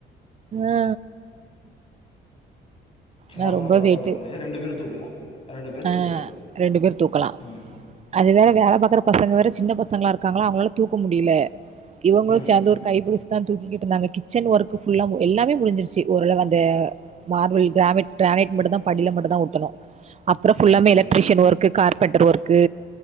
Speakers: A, on the right; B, on the left.
A: ஆ
B: சும்மா
A: நான்
B: சொன்னே
A: ரொம்ப
B: ஒரு ஆளா
A: வெயிட்டு.
B: தூக்க முடியது ரெண்டு பேரு தூக்குவோ ரெண்டு பேர்
A: ஆ
B: தூக்குவோ
A: ரெண்டு பேர் தூக்கலா
B: ம்
A: அது வேற வேல பாக்குற பசங்க வேற சின்ன பசங்கல்லா இருக்காங்கல அவங்களால தூக்க முடியல இவுங்களு
B: ம்
A: சேந்து ஒரு கைபுடுச் தா தூக்கிகிட்டு இருந்தாங்க கிச்சன் ஒர்க் ஃபுல்லா எல்லாமே முடிஞ்சிருச்சு ஓரளவு அந்த மார்பில் கிராமைட் கிரானைட் மட்டுந்தா படியில மட்டுமந்தா ஒட்டணு அப்பற
B: ம்
A: ஃபுல்லாமே
B: ம்
A: எலக்ட்ரிஷியன் ஒர்க்கு கார்பன்டர் ஒர்க்கு